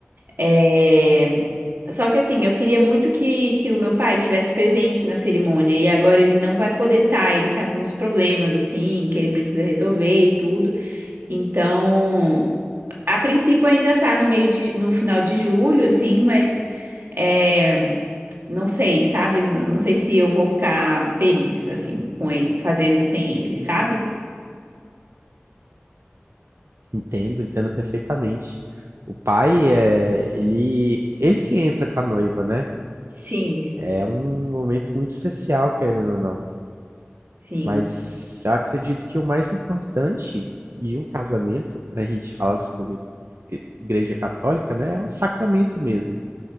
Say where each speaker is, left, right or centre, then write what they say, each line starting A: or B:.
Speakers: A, on the right; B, on the right.
A: É, Só que assim, eu queria muito que, que o meu pai tivesse presente na cerimônia e agora ele não vai poder estar, ele tá com uns problemas assim, que ele precisa resolver e tudo. Então, a princípio ainda tá no meio de, no final de julho, assim, mas é, não sei, sabe? N- Não sei se eu vou ficar feliz assim com ele, fazendo sem ele, sabe?
B: entendo, entendo perfeitamente. O pai é ele, ele que entra com a noiva, né?
A: Sim,
B: É um momento muito especial, querendo ou não.
A: sim.
B: Mas eu acredito que o mais importante de um casamento, quando a gente fala sobre igre- igreja católica, né, é o sacramento mesmo.